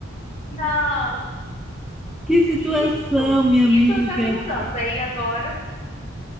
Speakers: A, on the left; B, in the centre.
A: Não,
B: que situação,
A: isso,
B: minha
A: isso
B: amiga.
A: já tem uns anos. Aí agora